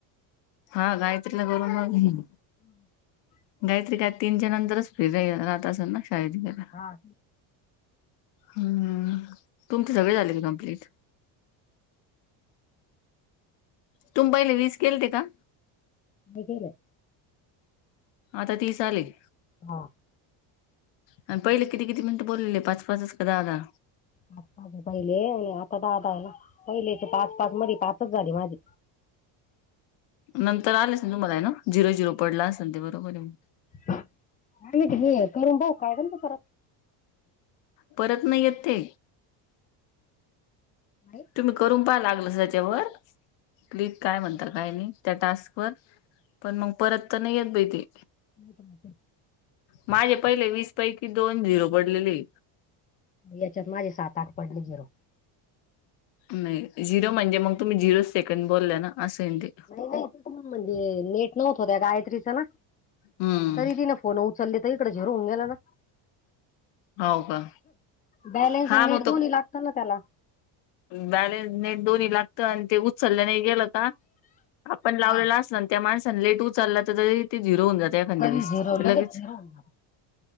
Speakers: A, on the left; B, on the left.
A: हा गायत्रीला करून मंग
B: हम्
A: गायत्री काय तीनच्या नंतरच फ्री रा रहात असल ना शाळेत का
B: हां
A: हं तुमचे सगळें झाले कम्प्लीट तुम्ही पहिले वीसं केलते कां
B: मं गेलं
A: आतां तीसं आलें
B: हो
A: आणि पहिले किती किती मिनिटं बोललेले पांच पांच कां दहा दहा
B: पांच पांच पहिले आणि आतां दहा आहे नां पहिलेथंले पांच पांच मध्यें पांच झालीं मांझी
A: नंतर आले असं नांल तुम्हांला आहे नां झिरो झिरो पडलां असेल ते बरोबर आहे
B: आं मी करूंन भाऊ का <unintelligible> यदा
A: परंत नाहीं येतं ते
B: नाही
A: तुम्हीं करूंन पहां लागलं त्यांच्यावर की कायं म्हणतं कायं नाहीं त्यां टास्कं वरं पणं मंग परंत तरं नाहीं येतं बांई ते
B: नाहीं मं
A: माये पहिले वीसं पैकी दोन झिरो पडलेली
B: यांच्यात माझी सात आंठ पडले परंत
A: नाहीं झिरो म्हणजे मंग तुम्हीं झिरो सेकंड बोलला नां असं ते
B: नाहीं तेण म्हणजे नेटं नव्हतं नं त्यां गायत्रीचं नां
A: हम्म
B: तरी ती नं फोन उचलंली तरं ईकडे झिरो होवूंन गेलां नां
A: हो का
B: बॅलेन्स
A: हा
B: आणि नेटं
A: मग
B: दोन्ही
A: तो
B: लागतांत नां त्यांला
A: बॅलेन्स नेट दोन्ही लागतं आणि ते उचललं नाहीं गेलं कां आपणं लावलेलं
B: हा
A: असलं त्यां माणसांण लेटं ऊचललां तरी ते झिरो होऊन जातं एखाद्या
B: तरी
A: वेळेसं
B: झिरो लगेच
A: लगेचं
B: झिरो होऊन जातो